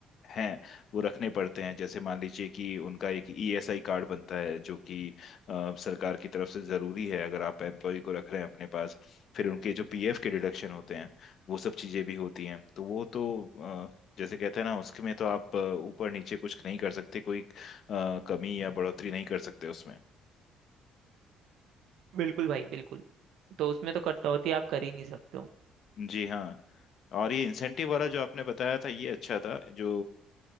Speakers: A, on the left; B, on the right.
A: हैं वो रखने पड़ते हैं जैसे मान लीजिए कि उनका एक ईएसआई कार्ड बनता है जो कि अ, सरकार की तरफ से जरूरी है अगर आप एम्प्लॉय को रख रहे हैं अपने पास फिर उनके जो पीएफ के डिडक्शन होते हैं वो सब चीजें भी होती हैं तो वो तो अ, जैसे कहते हैं ना उसमें तो आप अ, ऊपर नीचे कुछ नहीं कर सकते कोई अ, कमी या बढ़ोतरी नहीं कर सकते उसमें
B: बिल्कुल भाई बिल्कुल तो उसमें तो कटौती आप कर ही नहीं सकते हो।
A: जी हाँ और ये इंसेंटिव वाला जो आपने बताया था ये अच्छा था जो